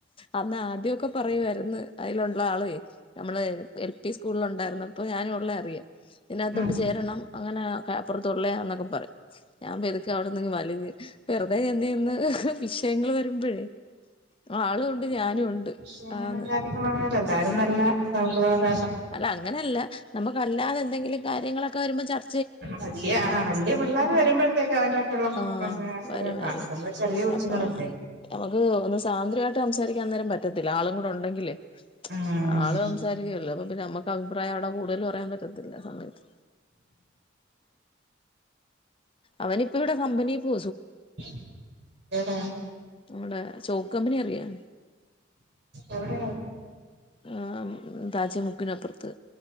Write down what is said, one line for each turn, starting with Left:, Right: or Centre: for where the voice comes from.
Left: അന്ന് ആദ്യൊക്കെ പറയുവാരുന്നു അയ്ലൊള്ള ആള് നമ്മള് എൽ പി സ്കൂളിൽ ഒണ്ടായിരുന്നപ്പൊ ഞാനും ഒള്ളെ അറിയാം ഇതിനകത്തോട്ട്
Right: ഉം
Left: ചേരണം അങ്ങനെ അപ്പർത്തുള്ളേ എന്നൊക്കെ പറയും ഞാൻ പെതുക്ക അവിടിന്നങ്ങ് വലിഞ്ഞ് വെറുതെ ചന്തന്ന് വിഷയങ്ങൾ വരുമ്പഴേ ആളും ഉണ്ട് ഞാനും ഉണ്ട്
Right: അ
Left: ആന്ന്.
Right: കാര്യങ്ങള എല്ലാവാരും നല്ല സൗഹ്ര
Left: അല്ല അങ്ങനെല്ല നമ്മുക്കല്ലാതെ എന്തെങ്കിലും കാര്യങ്ങളൊക്കെ വരുമ്പോ ചർ
Right: വലിയ വല്ല്യ പിള്ളോര് വരുമ്പഴ്ത്തേക്ക് അതിന്റെ ആട്ടുള്ള
Left: ആഹ് വരും വരും.
Right: ചെറിയ കൊച്ചങ്ങളുണ്ട്
Left: അപ്പൊ നമുക്ക് ഒന്ന് സ്വതന്ത്രായിട്ട് സംസാരിക്കാൻ നേരം പറ്റത്തില്ല ആളും കൂടൊ ഒണ്ടങ്കിലേ
Right: ഉം
Left: ആള് സംസാരിക്കേലല്ലോ അപ നമുക്ക് അഭിപ്രായം അവിടെ കൂടുതൽ പറയാൻ പറ്റത്തില്ല സമയത്ത് അവനിപ്പോ ഇവിടെ കമ്പനി പോ
Right: <unintelligible>
Left: നമ്മടെ ചോക്കമ്പിനി അറിയാ
Right: എവിടെയാ
Left: ആ താജമുക്കിനപ്പുറത്ത്